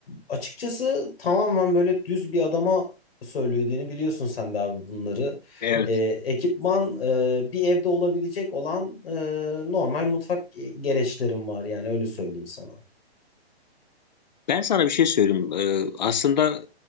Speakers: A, on the left; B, on the left.
A: açıkçası tamamen böyle düz bir adama söylediğini biliyorsun sen de abi bunları.
B: Evet.
A: Ee, ekipman e, bir evde olabilecek olan e, normal mutfak gereçlerim var yani öyle söyleyeyim sana.
B: Ben sana bir şey söyleyeyim. Ee, aslında